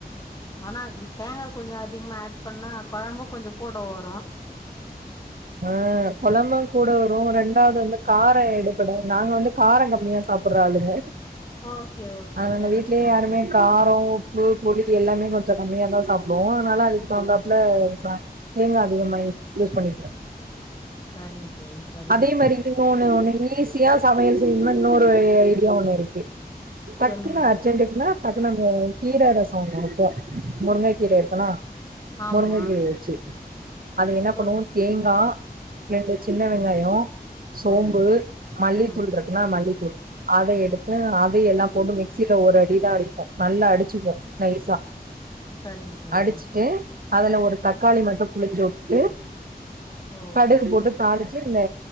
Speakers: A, on the left (about 25°); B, on the right (about 60°).
A: ஆனா தேங்கா கொஞ்சோ அதிகமா ஆட் பண்ணா கொழம்பு கொஞ்ச கூட வரு
B: ஆ கொழம்பு கூட வரு ரெண்டாவது வந்து காரொ எடுபடு நாங்க வந்து காரொ கம்மியா சாப்பிற்ற ஆளுங்க
A: ஓகே ஓகே
B: அ நாங்க
A: சரிங்க
B: வீட்லயே
A: தோழி
B: யாருமே
A: சரிங்க
B: காரொ உப்பு பொடி எல்லாமே கொஞ்ச கம்மியா தா சாப்டுவோ அதனால அதுக்கு தகுந்தாப்புல தேங்கா அதிகமா யூஸ் பண்ணிக்றே
A: சரிங் தோழி சரிங்க
B: அதே
A: தோழி
B: மாரி இன்னொண்ணு ஒண்ணு ஈஸியா சமையல் செய்யணுனா இன்னொரு ஐடியா ஒண்ணு இருக்கு டக்குன்னா
A: சொல்லுங்க தோழி
B: அர்ஜென்ட்டுக்குனா அது நம்போ கீர ரசோ ஒன்னு வெப்போ முருங்க கீர இருக்குன்னா
A: ஆமா
B: முருங்ககீர வச்சு அது என்ன
A: சொல்லு
B: பண்ணுவோ தேங்கா ரெண்டு சின்ன வெங்காயோ சோம்பு
A: ஆ
B: மல்லித்தூள்
A: ம்
B: ரெ னா மல்லித்தூள் அத எடுத்து
A: ஓகே
B: அத் எல்லா போட்டு மிக்சில ஒரு அடிதா அடிப்போ நல்லா அடிச்சுப்போ நைஸா
A: சரிங்க தோழி
B: அடிச்சுட்டு அதுல ஒரு தக்காளி மட்டு புழிஞ்சுவுட்டு
A: ஓ
B: கடுகு போட்டு தாளிச் சு இந்த